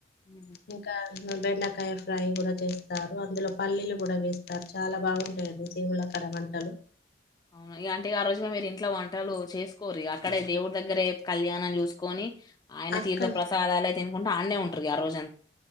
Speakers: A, on the left; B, on the left.
A: ఉమ్.
B: ఇంకా బెండకాయ ఫ్రై కూడా చేస్తారు అందులో పల్లీలు కూడా వేస్తారు చాలా బాగుంటాయిడి దేవుళ అక్కడ వంటలు
A: అవును ఇగ అంటే ఆ రోజుగా మీరు ఇంట్లో వంటలు చేసుకోరు అక్కడే దేవుడి దగ్గరే కళ్యాణం చూసుకొని ఆయన
B: అక్కడ
A: తీర్థ ప్రసాదాలే తికుంట ఆడనే ఉంటారు ఆ రోజు